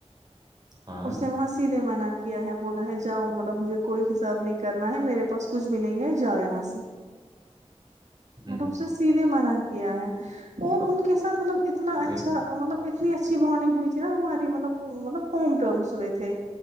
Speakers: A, on the right; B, on the right.
A: ہاں
B: اسے وہاں سیدھے منات کے کیا ہے بولا ہے جاؤ مطلب مجھے کوئی حساب نہیں کرنا ہے میرے پاس کچھ بھی نہیں ہے جاؤ یہاں سے
A: ہوں
B: مطلب اس نے سیدھے منع کیا ہے اور ان کے ساتھ مطلب اتنا
A: پھر
B: اچھا مطلب اتنی اچھی بانڈنگ ہوئیھی نا ہماری مطلب مطلب ہوم مس ہوئے تھے